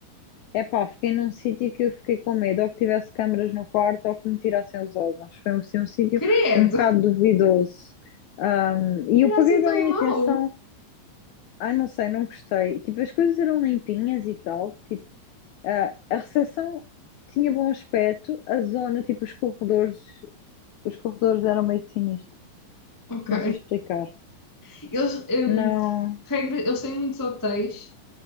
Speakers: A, on the left; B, on the left.
A: Epá, fiquei num sítio que eu fiquei com medo, ou que tivesse câmaras no quarto, ou que me tirassem os órgãos. Foi assim, um sítio
B: Credo!
A: um bocado duvidoso. Ahm, e
B: Era
A: eu paguei
B: assim
A: bem
B: tão mau.
A: atenção. Ai, não sei, não gostei. Tipo, as coisas eram limpinhas e tal. Tipo, ah, a recepção tinha bom aspecto, a zona, tipo, os corredores, os corredores eram meio sinistros.
B: Ok.
A: Não sei explicar.
B: Eles, hum,
A: Não.
B: regra, eles têm muitos hotéis